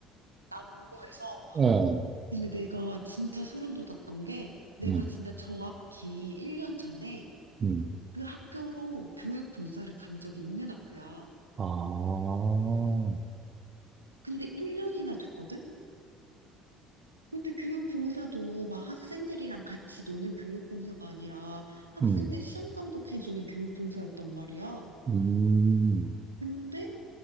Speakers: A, on the right (about 80°); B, on the right (about 35°).
A: 남고에서
B: 어,
A: 근데 내가 진짜 소름 돋았던 게 내가
B: 음,
A: 진짜 정확히 1년 전에
B: 음.
A: 그 학교로 교육 봉사를 간 적이 있는 학교야.
B: 아, 어,
A: 근데 1년이나 됐거든? 근데 교육 봉사도 막 학생들이랑 같이 노는 교육 봉사가 아니라 학생들
B: 음,
A: 시험 감독해주는 교육 봉사였단 말이야.
B: 음,
A: 근데